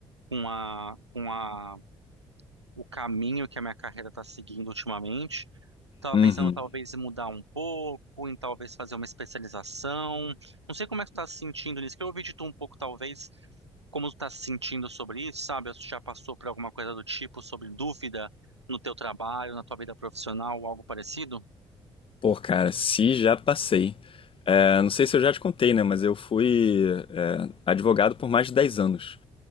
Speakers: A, on the right; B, on the left.
A: com a, com a, o caminho que a minha carreira tá seguindo ultimamente. Tava
B: uhum.
A: pensando talvez em mudar um pouco, em talvez fazer uma especialização. Não sei como é que tu tá se sentindo nisso, que eu ouvi de tu um pouco, talvez como tu tá se sentindo sobre isso, sabe? Ou tu já passou por alguma coisa do tipo, sobre dúvida no teu trabalho, na tua vida profissional, algo parecido?
B: Pô, cara, se já passei. É, não sei se eu já te contei, né? Mas eu fui é, advogado por mais de 10 anos.